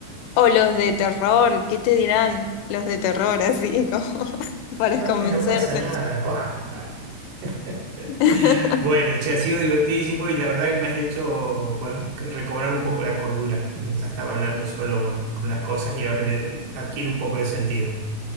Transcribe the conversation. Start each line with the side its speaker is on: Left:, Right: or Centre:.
Left: O los de terror, ¿qué te dirán los de terror así como <laughs> para
Right: Y, Mame,
Left: convencerte?
Right: no pasa nada, va. <laughs>
Left: <laughs>
Right: Bueno, che, ha sido divertidísimo y la verdad que me has hecho, bueno, recobrar un poco la cordura. Ya estaba hablando solo con, con las cosas y ahora le adquiere un poco de sentido.